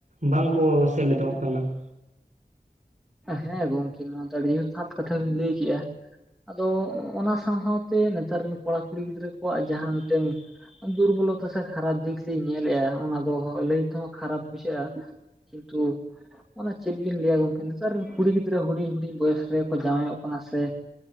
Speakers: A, on the right (about 50°); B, in the centre.
A: ᱵᱟᱝ ᱠᱚ ᱥᱮᱞᱮᱫᱚᱜ ᱠᱟᱱᱟ ᱾
B: ᱦᱮᱸ ᱜᱚᱝᱠᱮ ᱱᱚᱣᱟ ᱫᱚ ᱟᱹᱰᱤ ᱡᱚᱛᱷᱟᱛ ᱠᱟᱛᱷᱟ ᱵᱤᱱ ᱞᱟᱹᱭ ᱠᱮᱜᱼᱟ ᱾ ᱟᱫᱚ ᱚᱱᱟ ᱥᱟᱶ ᱥᱟᱶᱛᱮ ᱱᱮᱛᱟᱨ ᱨᱮᱱ ᱠᱚᱲᱟ ᱠᱩᱲᱤ ᱜᱤᱫᱽᱨᱟᱹ ᱠᱚᱣᱟᱜ ᱡᱟᱦᱟᱸ ᱢᱤᱫᱴᱮᱱ ᱫᱩᱨᱵᱚᱞᱚᱛᱟ ᱥᱮ ᱠᱷᱟᱨᱟᱯ ᱫᱤᱠ ᱞᱤᱧ ᱧᱮᱞᱮᱫᱼᱟ ᱚᱱᱟ ᱫᱚ ᱞᱟᱹᱭ ᱛᱮᱦᱚᱸ ᱠᱷᱟᱨᱟᱯ ᱵᱩᱡᱷᱟᱹᱜᱼᱟ ᱾ ᱠᱤᱱᱛᱩ ᱚᱱᱟ ᱪᱮᱫ ᱵᱤᱱ ᱞᱟᱹᱭᱟ ᱜᱚᱝᱠᱮ ᱱᱮᱛᱟᱨ ᱨᱮᱱ ᱠᱩᱲᱤ ᱜᱤᱫᱽᱨᱟᱹ ᱦᱩᱰᱤᱧ ᱦᱩᱰᱤᱧ ᱵᱚᱭᱮᱥ ᱨᱮᱠᱚ ᱡᱟᱶᱟᱭᱚᱜ ᱠᱟᱱᱟ ᱥᱮ